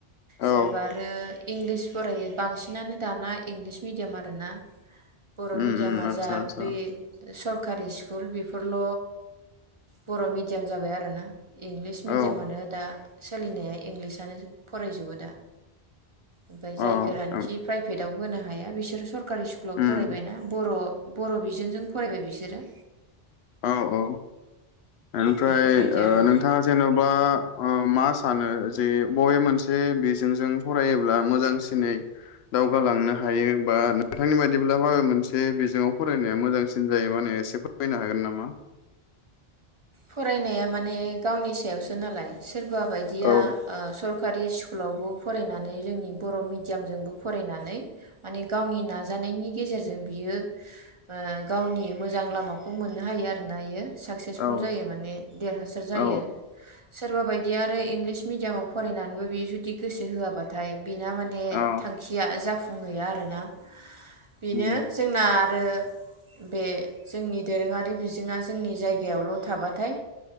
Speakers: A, on the left (about 80°); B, on the right (about 35°).
A: औ
B: सोरबा आरो इंलिस फरायो बांसिनानो दाना इंलिस मिडियाम आरोना बर'
A: उम
B: मिडियामा
A: उम आतसा
B: जा
A: आतसा
B: बै सरकारि स्कुल बेफोरल' बर' मिडियाम जाबाय आरोना इंलिस
A: औ
B: मिडियामानो दा सोलिनाया इंलिसानो फरायजोबो दा ओमफ्राय
A: अ
B: जायफोरानोखि
A: उम
B: प्राइभेटाव होनो हाया बिसोर सर कारि स्कुलाव
A: उम
B: फरायबायना बर' बर' बिजोंजों फरायबाय बिसोरो
A: औ औ ओमफ्राय
B: बेफोरबायदि
A: ओ
B: आरो
A: नोंथाङा जेनेबा मा सानो जे बबे मोनसे बिजोंजों फरायोब्ला मोजांसिनै दावगालांनो हायो बा नोंथांनि बायदिब्ला बबे मोनसे बिजोङाव फरायनाया मोजांसिन जायो माने एसे फोरमायनो हागोन नामा मा
B: फरायनाया माने गावनि सायावसो नालाय सोरबा बायदिया
A: औ
B: ओ सर सरकारि स्कुलावबो फरायनानै जोंनि बर' मिडियामजोंबो फरायनानै माने गावनि नाजानायनि गेजेरजों बियो ओ गावनि मोजां लामाखौ मोननो हायो आरोना बियो साख <unintelligible> जायो
A: औ
B: माने देरहासाद जायो
A: औ
B: सोरबा बाय बिदि आरो इंलिस मिडियामाव फरायनानैबो बियो जुदि गोसो होआबाथाय बेना माने
A: औ
B: थांखिया जाफुं फुंहैया आरोना बेनो
A: उम
B: जोंना आरो बे जोंनि दोरोङारि बिजोङा जोंनि जायगायावल' थाबाथाय